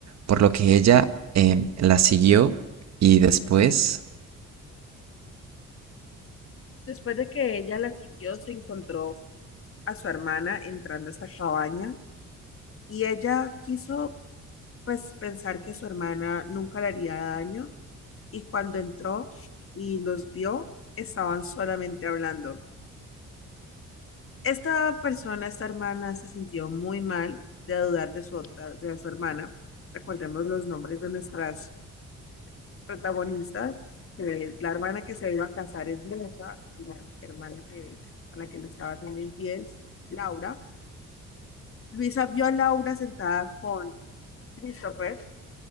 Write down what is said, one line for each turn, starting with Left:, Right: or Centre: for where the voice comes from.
Right: por lo que ella eh, la siguió y después,
Left: Después de que ella la siguió, se encontró a su hermana entrando a esta cabaña y ella quiso pues pensar que su hermana nunca le haría daño y cuando entró y los vio, estaban solamente hablando. Esta persona, esta hermana, se sintió muy mal de dudar de su otra, de su hermana. Recordemos los nombres de nuestras protagonistas, eh, la hermana que se iba a casar es Luisa, y la hermana que, a la que le estaba haciendo infiel, Laura. Luisa vio a Laura sentada con Christopher,